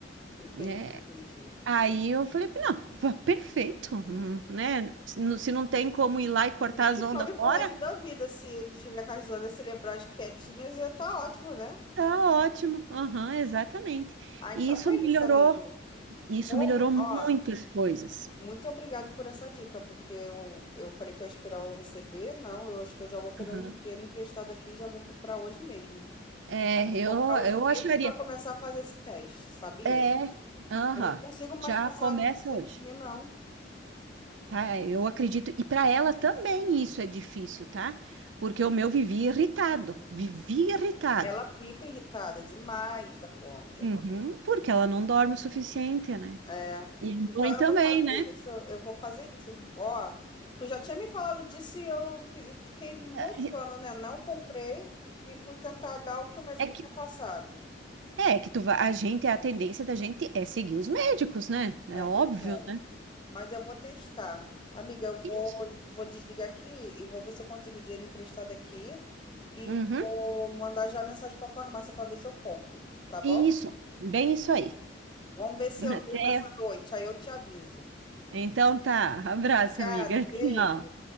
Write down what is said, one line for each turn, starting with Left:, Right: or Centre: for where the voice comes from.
Left: Entendi,
Right: né?
Left: entendi.
Right: Aí eu falei, não, <laughs> pa- perfeito, hum, né? Se não se não tem como ir lá e cortar
Left: Nem
Right: as
Left: que
Right: ondas
Left: tome
Right: fora,
Left: pro resto da vida, se ele tiver com as zonas cerebrais quietinhas, já tá ótimo, né?
Right: tá ótimo. Aham, exatamente.
Left: Ah, então
Right: E isso
Left: é
Right: melhorou,
Left: isso, amiga.
Right: isso
Left: Pô,
Right: melhorou
Left: muito,
Right: muitas
Left: ó,
Right: coisas.
Left: muito obrigado por essa dica, porque eu, eu falei que eu ia esperar eu receber. Não, eu acho que eu já vou pegar
Right: Aham.
Left: o dinheiro emprestado aqui e já vou comprar hoje mesmo.
Right: É,
Left: Vou comprar
Right: eu,
Left: hoje
Right: eu
Left: mesmo
Right: acharia.
Left: para começar a fazer esse teste, sabia?
Right: É, aham,
Left: Eu não consigo mais
Right: já
Left: passar
Right: começa
Left: a noite sem
Right: hoje,
Left: dormir, não.
Right: tá? Eu acredito, e para ela também isso é difícil, tá? Porque o meu vivia irritado, vivia irritado.
Left: Ela fica irritada demais da conta.
Right: Uhum, porque ela não dorme o suficiente, né?
Left: É.
Right: E a
Left: Então
Right: mãe também,
Left: eu vou fazer
Right: né?
Left: isso. Eu vou fazer isso. Ó, tu já tinha me falado disso e eu fi- fiquei moscando,
Right: É
Left: né? Não comprei e fui tentar dar o que o médico
Right: é que,
Left: tinha passado.
Right: é que tu vai, a gente, a tendência da gente é seguir os médicos, né? É
Left: É
Right: óbvio,
Left: verdade.
Right: né?
Left: Mas eu vou testar. Amiga, eu vou,
Right: Isso.
Left: vou desligar aqui e vou ver se eu consigo dinheiro emprestado aqui. E
Right: Uhum,
Left: vou mandar já mensagem para a farmácia para ver se eu compro, tá bom?
Right: isso, bem isso aí.
Left: Vamos ver se
Right: <laughs>
Left: eu
Right: Até.
Left: durmo essa noite, aí eu te aviso.
Right: Então tá, abraço,
Left: Obrigado,
Right: amiga.
Left: beijo.
Right: Tchau.